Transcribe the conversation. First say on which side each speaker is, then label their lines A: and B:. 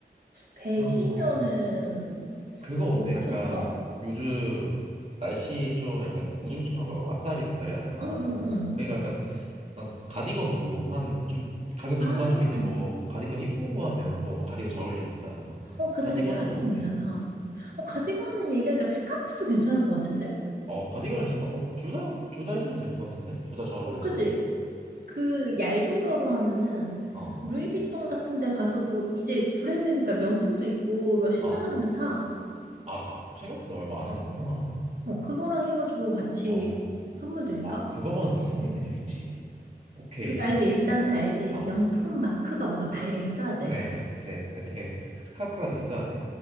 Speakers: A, on the right; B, on the right.
A: 100이면은,
B: 그러면 그거 어때?
A: 뭐가
B: 약간
A: 좋을까?
B: 요즘 날씨 좀 약간 우중충하고 왔다리 갔다리 하잖아.
A: 응, 응, 응, 응.
B: 그러니까 약간 난 가디건도 한 좀 가격
A: 아,
B: 중반 좀 있는 거 가디건 이쁜 거 하면 또 엄마 가디건 잘 어울리니까
A: 어, 그지,
B: 가디건
A: 그지. 가디건
B: 하면 어때?
A: 괜찮다. 어, 가디건 얘기하니까 스카프도 괜찮을 것 같은데?
B: 어 가디건은 스파 어, 둘다둘 다 해줘도 될 것 같은데 둘 다 잘 어울려서
A: 어, 그지? 그 얇은 거로 하면은,
B: 음어어어아
A: 루이비통 같은 데 가서도 이제 브랜드니까 명품도 있고 몇십만
B: 아,
A: 원이면 사.
B: 아, 아, 생각보다 얼마 안 하는구나
A: 어, 그거랑 해가지고 같이
B: 어아
A: 선물 드릴까?
B: 그거만 우리 생색낼 수 있지 오케이
A: 그, 아, 근데 일단은 알지.
B: 어
A: 명품 마크가 뭐가 달려 있어야 돼.
B: 그래
A: <laughs>
B: 그래 내 생각에 스- 스카프라도 있어야 돼